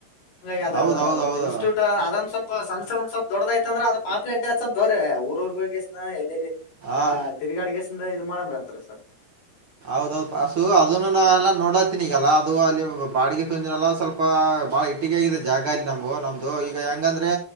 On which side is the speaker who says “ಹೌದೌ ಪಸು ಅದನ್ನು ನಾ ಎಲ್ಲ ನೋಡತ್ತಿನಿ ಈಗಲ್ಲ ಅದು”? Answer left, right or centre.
Right